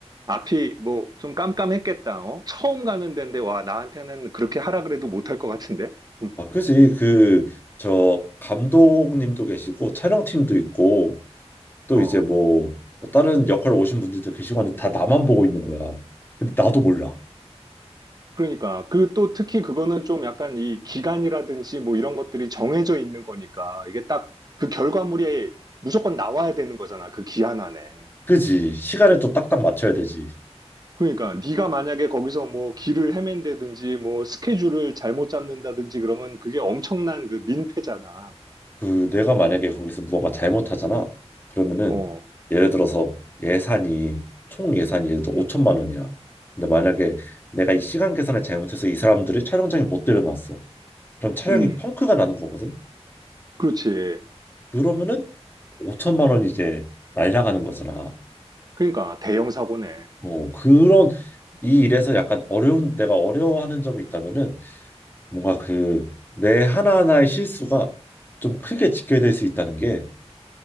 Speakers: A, on the right; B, on the left.
A: 앞이 뭐 좀 깜깜했겠다, 어? 처음 가는 데인데, 와, 나한테는 그렇게 하라 그래도 못할 것 같은데? 음,
B: 아, 그지 그 저 감독님도 계시고 촬영팀도 있고 또
A: 어,
B: 이제 뭐뭐 다른 역할 오신 분들도 계시고 하는데 다 나만 보고 있는 거야. 근데 나도 몰라.
A: 그러니까. 그 또 특히 그거는 좀 약간 이 기간이라든지 뭐 이런 것들이 정해져 있는 거니까, 이게 딱 그 결과물이 무조건 나와야 되는 거잖아, 그 기한 안에.
B: 그지? 시간을 또 딱딱 맞춰야 되지.
A: 그러니까 네가 만약에 거기서 뭐 길을 헤맨다든지 뭐 스케줄을 잘못 잡는다든지 그러면 그게 엄청난 그 민폐잖아.
B: 그 내가 만약에 거기서 무언가 잘못하잖아. 그러면은
A: 어,
B: 예를 들어서 예산이 총 예산이 예를 들어 5천만
A: 음,
B: 원이야. 근데 만약에 내가 이 시간 계산을 잘못해서 이 사람들을 촬영장에 못 데려놨어. 그럼 촬영이
A: 음,
B: 펑크가 나는 거거든.
A: 그렇지.
B: 그러면은 5천만 원이 이제 날라가는 거잖아.
A: 그러니까 대형 사고네.
B: 어, 그런 이 일에서 약간 어려운 내가 어려워하는 점이 있다면은 뭔가 그 내 하나하나의 실수가 좀 크게 지켜야 될 수 있다는 게